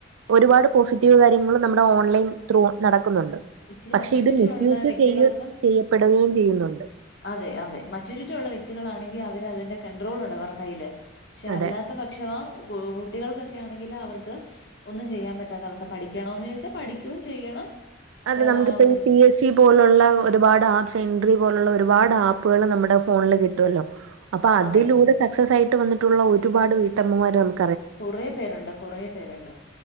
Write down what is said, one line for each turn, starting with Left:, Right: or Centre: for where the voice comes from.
Right: ഒരുപാട് പോസിറ്റീവ് കാര്യങ്ങളും നമ്മുടെ ഓൺലൈൻ ത്രൂ നടക്കുന്നുണ്ട്
Left: ഇച്ചിരി
Right: പക്ഷെ
Left: മച്യൂരിറ്റി
Right: ഇത് മിസ്
Left: ഉള്ള
Right: യൂസ്
Left: വ്യക്തികൾക്ക്
Right: ചെയ്യ ചെയ്യപ്പെടുകയും ചെയ്യുന്നുണ്ട്
Left: അതെ അതെ മച്ചയൂരിറ്റി ഉള്ള വ്യക്തികളാണെങ്കിൽ അവര് അതിന്റെ കണ്ട്രോൾ ഉണ്ട് അവരുടെ കയ്യില് പക്ഷെ
Right: അതെ
Left: അല്ലാത്ത പക്ഷവാ കുട്ടികൾക്കൊക്കെ ആണെങ്കിൽ അവർക്ക് ഒന്നും ചെയ്യാൻ പറ്റാത്ത അവസ്ഥ പഠിക്കണന്ന് ചോദിച്ചാൽ പഠിക്കയും ചെയ്യണം
Right: അതെ
Left: ആഹ്,
Right: നമുക്കിപ്പോ ഈ പി എസ് സി പോലുള്ള ഒരുപാട് ആപ്പ്സ് എൻട്രി പോലുള്ള ഒരുപാട് ആപ്പുകൾ നമ്മുടെ ഫോണില് കിട്ടുമല്ലോ അപ്പൊ അതിലൂടെ
Left: അതെ.
Right: സക്സസ് ആയിട്ട് വന്നിട്ടുള്ള ഒരുപാട് വീട്ടമ്മമാർ
Left: കുറ പേരുണ്ട് കുറ പേരുണ്ട്